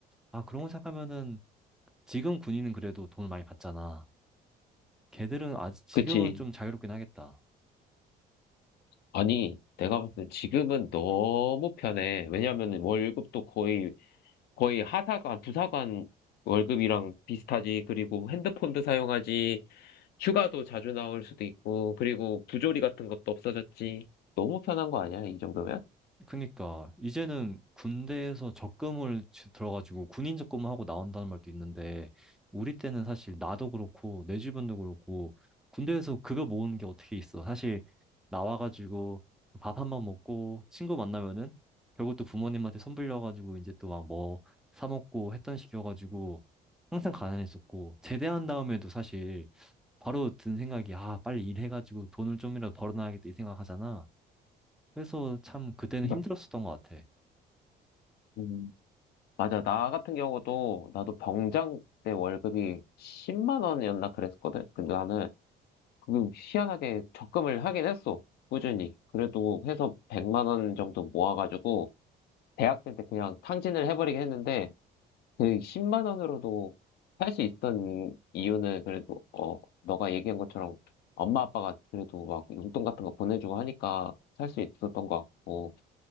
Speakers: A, in the centre; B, on the left.
A: 아 그런 거 생각하면은 지금 군인은 그래도 돈을 많이 받잖아. 걔들은 아직 지금은
B: 그치.
A: 좀 자유롭긴 하겠다.
B: 아니, 내가 봤을 때 지금은 너무 편해. 왜냐면 월급도 거의 거의 하사관, 부사관 월급이랑 비슷하지. 그리고 핸드폰도 사용하지. 휴가도 자주 나올 수도 있고. 그리고 부조리 같은 것도 없어졌지. 너무 편한 거 아니야, 이 정도면?
A: 그니까 이제는 군대에서 적금을 지- 들어가지고 군인 적금을 하고 나온다는 말도 있는데 우리 때는 사실 나도 그렇고 내 주변도 그렇고 군대에서 급여 모으는 게 어떻게 있어. 사실 나와가지고 밥 한 번 먹고 친구 만나면은 결국 또 부모님한테 손 빌려가지고 이제 또 막 뭐 사 먹고 했던 식이어가지고 항상 가난했었고 제대한 다음에도 사실 바로 든 생각이 아 빨리 일해가지고 돈을 좀이라도 벌어놔야겠다 이 생각하잖아. 그래서 참 그때는
B: 마-
A: 힘들었었던 것 같아.
B: 음, 맞아. 나 같은 경우도 나도 병장 때 월급이 10만 원이었나 그랬었거든. 근데 나는 그 희한하게 적금을 하긴 했어. 꾸준히. 그래도 해서 100만 원 정도 모아가지고 대학생 때 그냥 탕진을 해버리긴 했는데 그 10만 원으로도 살 수 있던 이유는 그래도 어 너가 얘기한 것처럼 엄마 아빠가 그래도 막 용돈 같은 거 보내주고 하니까 살 수 있었던 것 같고